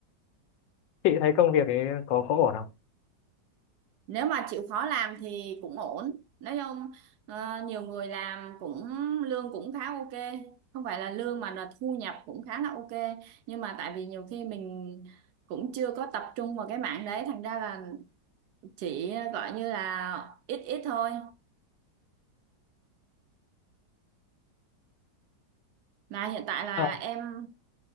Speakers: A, on the left (about 85°); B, on the right (about 70°).
A: Chị thấy công việc ấy có có ổn không?
B: nếu mà chịu khó làm thì cũng ổn nói chung ờ, nhiều người làm cũng lương cũng khá ok không phải là lương mà là thu nhập cũng khá là ok nhưng mà tại vì nhiều khi mình cũng chưa có tập trung vào cái mảng đấy thành ra là chỉ ờ, gọi như là ít ít thôi mà hiện tại là
A: Ờ,
B: em